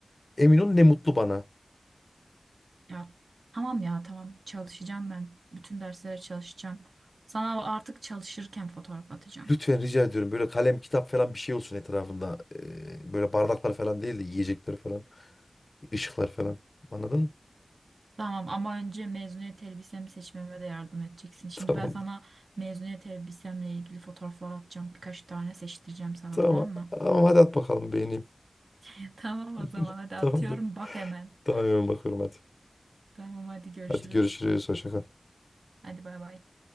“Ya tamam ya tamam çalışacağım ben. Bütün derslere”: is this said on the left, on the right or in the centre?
Right